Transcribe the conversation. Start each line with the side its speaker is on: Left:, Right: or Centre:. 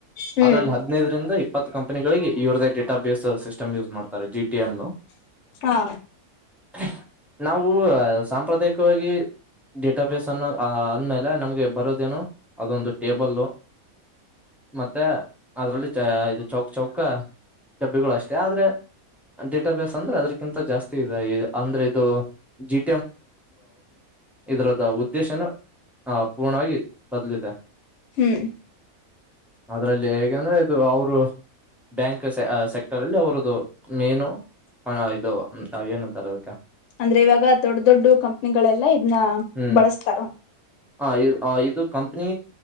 Left: ಹ್ಮ್
Centre: ಅದ್ರಲ್ಲಿ ಹದ್ನೈದರಿಂದ ಇಪ್ಪ ಇತ್ ಕಂಪನಿಗಳಿಗೆ ಇವ್ರದೇ ಡೇಟಾ ಬೇಸ್ ಸಿಸ್ಟ್ ಯೂಸ್ ಮಾಡಬೇಕಾರೆ ಸ ಜಿ ಟಿ ಯಂನು
Left: ಹಾ
Centre: ಹ ನಾವು ಸಾಂಪ್ರದಾಯಿಕವಾಗಿ ಡೇಟಾ ಬೇಸ್ ಅನ್ನು ಅ ಆದ್ಮೇಲೆ ನಮ್ಗೆ ಬರೋದೇನೋ ಅದೊಂದು ಟೇಬಲ್ ಮತ್ತೆ ಅದ್ರಲ್ಲಿ ಚ ಇದು ಚೌಕ್ ಚೌಕ ಡಬ್ಬಿಗಳು ಅಷ್ಟೇ ಆದ್ರೆ ಡೇಟಾಬೇಸ್ ಅಂದ್ರೆ ಅದಕ್ಕಿಂತ ಜಾಸ್ತಿ ಇದೆ ಅಂದ್ರೆ ಇದು ಜಿ ಇದರದ ಉದ್ದೇಶನ ಆ ಪೂರ್ಣವಾಗಿ ಬದಲಿದೆ
Left: ಹ್ಮ್
Centre: ಅದ್ರಲ್ಲಿ ಹೇಗೆಂದ್ರೆ ಇದು ಅವರು ಬ್ಯಾಂಕ್ ಸೆಕ್ಟರ್ ಅಲ್ಲಿ ಅವ್ರದ್ದು ಮೇನು ಇದು ಏನುಂತಾರೆ ಅದಕ್ಕೆ
Left: ಅಂದ್ರೆ ಇವಾಗ ದೊಡ್ ದೊಡ್ಡ ಕಂಪನಿಗಳೆಲ್ಲಾ ಇದನ್ನ
Centre: ಹ್ಮ್
Left: ಬಳಸ್ತಾರ
Centre: ಹ ಇ ಇದು ಕಂಪನಿ